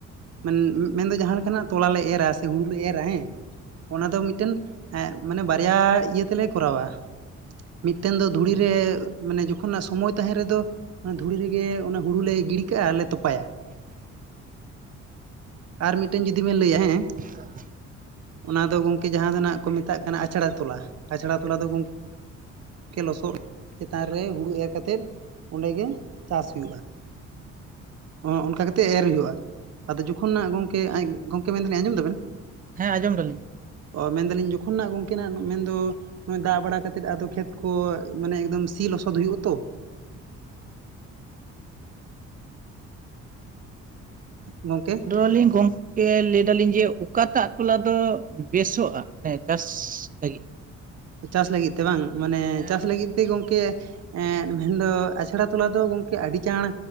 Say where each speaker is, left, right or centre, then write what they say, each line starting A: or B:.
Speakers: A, on the right; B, on the right.
A: ᱢᱮᱱ ᱢᱮᱱᱫᱚ ᱡᱟᱦᱟᱸ ᱞᱮᱠᱟᱱᱟᱜ ᱛᱚᱞᱟ ᱞᱮ ᱮᱨᱟ ᱥᱮ ᱦᱩᱲᱩᱞᱮ ᱮᱨᱟ ᱦᱮᱸ ᱚᱱᱟ ᱫᱚ ᱢᱤᱫᱴᱮᱱ ᱮᱜ ᱢᱟᱱᱮ ᱵᱟᱨᱭᱟ ᱤᱭᱟᱹ ᱛᱮᱞᱮ ᱠᱚᱨᱟᱣᱟ ᱢᱤᱫᱴᱮᱱ ᱫᱚ ᱫᱷᱩᱲᱤᱨᱮ ᱢᱟᱱᱮ ᱡᱚᱠᱷᱚᱱᱟᱜ ᱥᱚᱢᱚᱭ ᱛᱟᱦᱮᱸ ᱨᱮᱫᱚ ᱚᱱᱟ ᱫᱷᱩᱲᱤ ᱨᱮᱜᱮ ᱚᱱᱟ ᱦᱩᱲᱩ ᱞᱮ ᱜᱤᱰᱤ ᱠᱟᱜ-ᱟ ᱟᱨᱞᱮ ᱛᱚᱯᱟᱭᱟ ᱟᱨ ᱢᱤᱫᱴᱮᱱ ᱡᱩᱫᱤ ᱵᱮᱱ ᱞᱟᱹᱭᱟ ᱦᱮᱸ
B: <inaudible>
A: ᱚᱱᱟ ᱫᱚ ᱜᱚᱢᱠᱮ ᱡᱟᱦᱟᱸ ᱫᱚᱱᱟᱜ ᱠᱚ ᱢᱮᱛᱟᱜ ᱠᱟᱱᱟ ᱟᱪᱷᱲᱟ ᱛᱚᱞᱟ ᱟᱪᱷᱲᱟ ᱛᱚᱞᱟ ᱫᱚ ᱜᱚᱢ ᱠᱮ ᱞᱚᱥᱚᱫ ᱪᱮᱛᱟᱱ ᱨᱮ ᱦᱩᱲᱩ ᱮᱨ ᱠᱟᱛᱮᱫ ᱚᱸᱰᱮ ᱜᱮ ᱪᱟᱥ ᱦᱩᱭᱩᱜ-ᱟ ᱾ ᱚᱱᱟ ᱚᱱᱠᱟ ᱠᱟᱛᱮᱫ ᱮᱨ ᱦᱩᱭᱩᱜ ᱟᱫᱚ ᱡᱚᱠᱷᱚᱱᱟᱜ ᱜᱚᱝᱠᱮ ᱟᱡ, ᱜᱚᱝᱠᱮ ᱢᱮᱱᱫᱟᱞᱤᱧ ᱟᱸᱡᱚᱢ ᱫᱟᱵᱮᱱ?
B: ᱦᱮᱸ ᱟᱸᱡᱚᱢ ᱫᱟᱞᱤᱧ ᱾
A: ᱚ ᱢᱮᱱᱫᱟᱞᱤᱧ ᱡᱚᱠᱷᱚᱱᱟᱜ ᱜᱚᱢᱠᱮᱱᱟᱜ ᱢᱮᱱᱫᱚ ᱱᱚᱜᱚᱭ ᱫᱟᱜ ᱵᱟᱲᱟ ᱠᱟᱛᱮᱜ ᱟᱫᱚ ᱠᱷᱮᱛ ᱠᱚ ᱢᱟᱱᱮ ᱮᱠᱫᱚᱢ ᱥᱤ-ᱞᱚᱥᱚᱫ ᱦᱩᱭᱩᱜ ᱟᱛᱚ ᱜᱚᱝᱠᱮ?
B: <unintelligible> ᱜᱚᱢ ᱠᱮ ᱞᱟᱹᱭ ᱫᱟᱞᱤᱧ ᱡᱮ ᱚᱠᱟᱴᱟᱜ ᱛᱚᱞᱟ ᱫᱚ ᱵᱮᱥᱚᱜ-ᱟ ᱢᱟᱱᱮ ᱪᱟᱥ ᱞᱟᱹᱜᱤᱫ, ᱛᱮ?
A: ᱪᱟᱥ ᱞᱟᱹᱜᱤᱫ ᱛᱮ ᱵᱟᱝ ᱢᱟᱱᱮ
B: ᱦᱮᱸ
A: ᱪᱟᱥ ᱞᱟᱹᱜᱤᱫ ᱛᱮ ᱜᱚᱢᱠᱮ ᱮ ᱢᱮᱱᱫᱚ ᱟᱪᱷᱲᱟ ᱛᱚᱞᱟ ᱫᱚ ᱜᱚᱢᱠᱮ ᱟᱹᱰᱤ ᱪᱟᱬ